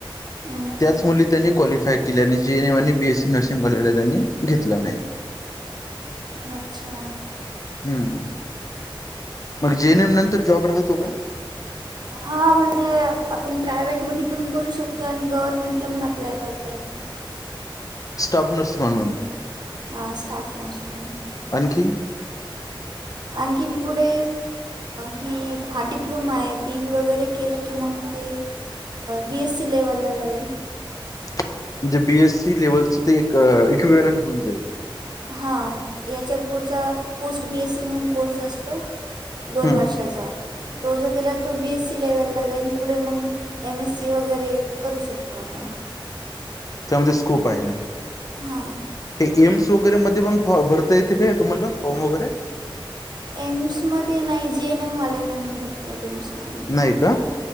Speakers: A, on the right; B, on the left.
A: हं.
B: त्याच मुली त्यांनी क्वालिफाय केल्या आणि जी. ए. नए आणि बी. ए. ससी नर्सिंग कॉलेजला त्यांनी घेतलं नाही. हा <unintelligible>
A: अच्छा.
B: हम्म. मग जे एन एम नंतर जॉब राहतो का?
A: हा म्हणजे आपण प्रायव्हेट. मधी पण करू शकतो आणि गव्हर्मेंटला पण अप्लाय करता येतं.
B: स्टॉपनर्स म्हणून
A: हां स्टाफ नर्स म्हणून
B: आणखी <inaudible>
A: आणखीन पुढे ही हा डिप्लोमा आहे पी बी वगैरे केलं की मग बी एस सी लेवलला जाईल.
B: म्हणजे बीएससी लेवलच ते एक इक्विलंट होऊन जाईल?
A: हां याच्या पुढचा पोस्ट बी एस सी म्हणून कोर्स असतो, दोन
B: हम्म
A: वर्षाचा तो जो केला तो बी ए सी लेवलला जाईन पुढे मग एम एस सी वगैरे करू शकतो आपण.
B: त्यामध्ये स्कोप आहे,
A: हां
B: हे एम्स वगैरे म पण भर ता येत काय तुम्हाला फॉर्म वगैरे?
A: एम्स मध्ये नाही जेएन एम वाल्यांना नाही भरतायेत. एम्स मध्ये
B: नाही का